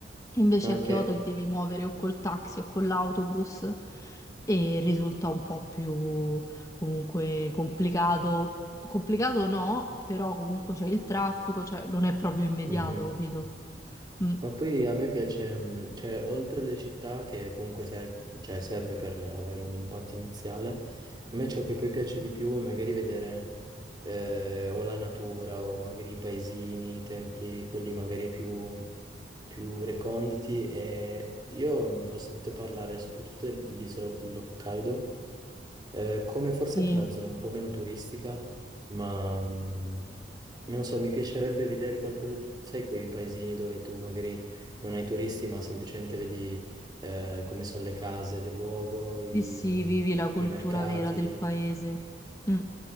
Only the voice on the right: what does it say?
Ok,
mhm.
Ma poi a me piace, mh, cioè, oltre le città, che comunque serve, cioè, serve per avere un impatto iniziale, a me ciò che poi piace di più è magari vedere eh, o la natura o magari i paesini, i templi, quelli magari più, più reconditi. E io mh, ho sentito parlare soprattutto dell'isola dell'Hokkaido, eh, come forse
anche una zona un po' meno turistica, ma mm, non so, mi piacerebbe vedere qualcosa, sai, quei paesini dove tu magari non hai turisti, ma semplicemente vedi eh, come sono le case del luogo, i,
i mercati.